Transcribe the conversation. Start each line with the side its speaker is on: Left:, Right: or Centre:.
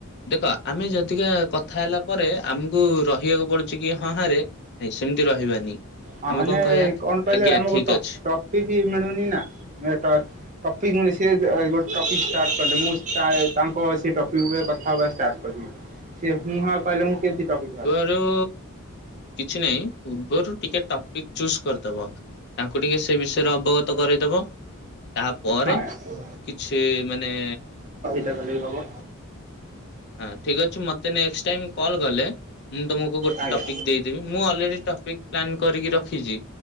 Left: ଦେଖ ଆମେ ଯଦିକା କଥା ହେଲା ପରେ ଆମକୁ ରହିବାକୁ ପଡୁଚି କି ହଁ ହାଁ ରେ ନାଇଁ, ସେମିତି ରହିବାନି।
Right: ହଁ
Left: ଆମେ
Right: ମାନେ
Left: କଣ କହିବା
Right: କଣ କହିଲେ,
Left: ଆଜ୍ଞା
Right: ଆମକୁ
Left: ଠିକ
Right: ଟ
Left: ଅଛି
Right: ଟପିକି ମିଳୁନି ନା ନହେଲେ ଟ ଟପିକ୍‌ ମିଳି ସେ ଗୋଟେ ଟପିକ୍‌ ଷ୍ଟାଟ କଲି ମୁଁ ତାଏ ତାଙ୍କ ସେ ଟପିକ୍ ଉପରେ କ ହବା ଷ୍ଟାର୍ଟ କରିବା ସେ ହୁଁ ହାଁ କହିଲେ ମୁଁ କେମିତି <unintelligible>
Left: ଯୋଉ କିଛି ନାଇଁ ପୂର୍ବରୁ ଟିକେ ଟପିକ୍ ଚୁସ୍ କରିଦବ। ତାଙ୍କୁ ଟିକେ ସେ ବିଷୟରେ ଅବଗତ କରେଇଦବ। ତାପରେ
Right: ହଁ
Left: କିଛି ମାନେ
Right: ସେ ଭଲକି ହବ।
Left: ହଁ ଠିକ୍ ଅଛି ମତେ ନେଷ୍ଟ ଟାଇମ୍ କଲ୍ କଲେ ମୁଁ ତମକୁ କୋଉ ଗୋଟେ
Right: ଆଜ୍ଞା
Left: ଟପିକ୍ ଦେଇଦେବି। ମୁଁ ଅଲରେଡି ଟପିକ୍ ପ୍ଲାନ କରିକି ରଖିଚି।